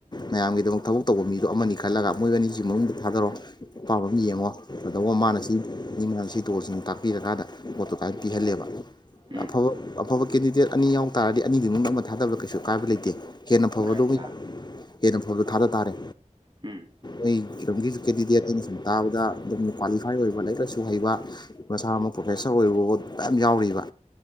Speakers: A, on the left (about 35°); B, on the right (about 40°).
A: ꯃꯌꯥꯝꯒꯤꯗꯃꯛ ꯊꯕꯛ ꯇꯧꯕ ꯃꯤꯗꯣ ꯑꯃꯥꯅꯤ ꯈꯜꯂꯒ ꯃꯣꯏ ꯑꯅꯤꯖꯤ ꯃꯅꯨꯡꯗ ꯊꯥꯗꯔꯣ ꯑꯄꯥꯝ ꯑꯃ ꯌꯦꯡꯉꯣ ꯀꯗꯧꯕ ꯃꯥꯅ ꯁꯤ <unintelligible> ꯁꯤ ꯇꯧꯔꯁꯤꯅ ꯇꯥꯝꯄꯤꯔꯒꯥꯟꯗ ꯕꯣꯠꯇꯨ ꯀꯥꯏ ꯄꯤꯍꯜꯂꯦꯕ
B: ꯎꯝ
A: ꯑꯐꯕ ꯑꯐꯕ ꯀꯦꯟꯗꯤꯗꯦꯠ ꯑꯅꯤ ꯌꯥꯎ ꯇꯥꯔꯗꯤ ꯑꯅꯤꯗꯨꯏ ꯃꯅꯨꯡꯗ ꯑꯃ ꯊꯥꯗꯕꯗ ꯀꯩꯁꯨ ꯀꯥꯏꯕ ꯂꯩꯇꯦ ꯍꯦꯟꯅ ꯐꯕꯗꯣꯈꯩ
B: ꯎꯝ ꯀꯥꯏꯗꯦ ꯑꯥ
A: ꯍꯦꯟꯅ ꯐꯕꯗꯣ ꯊꯥꯗ ꯇꯥꯔꯦ
B: ꯎꯝ
A: ꯑꯩ ꯁꯨꯝꯒꯤ ꯀꯦꯟꯗꯤꯗꯦꯠ ꯑꯩꯅ ꯁꯨꯝ ꯇꯥꯕꯗ ꯑꯗꯨꯝ ꯀ꯭ꯋꯥꯂꯤꯐꯥꯏ ꯑꯣꯏꯕ ꯂꯥꯏꯔꯤꯛ ꯂꯥꯏꯁꯨ ꯍꯩꯕ ꯃꯁꯥꯃꯛ ꯄ꯭ꯔꯣꯐꯦꯁꯔ ꯑꯣꯏꯕ ꯕꯣꯛ ꯃꯌꯥꯝ ꯌꯥꯎꯔꯤꯕ